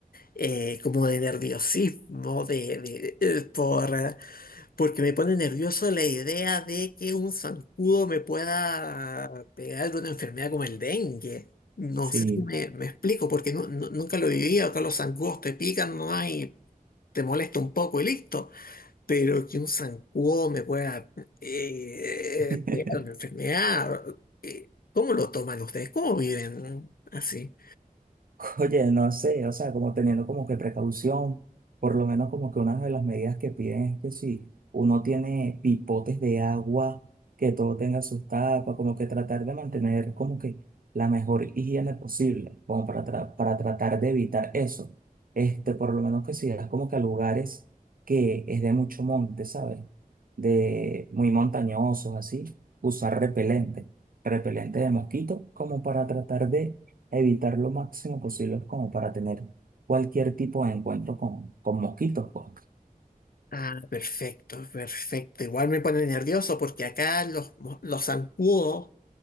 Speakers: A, on the left; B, on the right.
A: eh, como de nerviosismo, de, de- eh, por eh, porque me pone nervioso la idea de que un zancudo me pueda pegar de una enfermedad como el dengue. No
B: Sí.
A: sé si me, me explico, porque nu- nu- nunca lo viví. Acá los zancudos te pican nomás y te molesta un poco y listo. Pero que un zancudo me pueda eh,
B: <laughs>
A: pegar una enfermedad, eh, ¿cómo lo toman ustedes? ¿Cómo viven así?
B: Oye, no sé, o sea, como teniendo como que precaución, por lo menos como que una de las medidas que piden es que si uno tiene pipotes de agua, que todo tenga sus tapas, como que tratar de mantener como que la mejor higiene posible, como para, tra- para tratar de evitar eso. Este, por lo menos que si vas como que a lugares que es de mucho monte, ¿sabes? De muy montañosos, así, usar repelente repelente de mosquito como para tratar de evitar lo máximo posible como para tener cualquier tipo de encuentro con, con mosquitos, pues.
A: Ah, perfecto, perfecto. Igual me pone nervioso porque acá los, los zancudos.